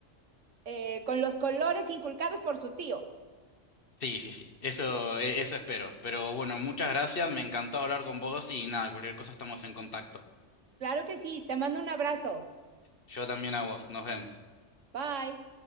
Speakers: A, on the right; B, on the left.
A: eh, con los colores inculcados por su tío.
B: Sí, sí, sí. Eso, e- eso espero. Pero bueno, muchas gracias. Me encantó hablar con vos y nada, cualquier cosa estamos en contacto.
A: Claro que sí, te mando un abrazo.
B: Yo también a vos. Nos vemos.
A: Bye.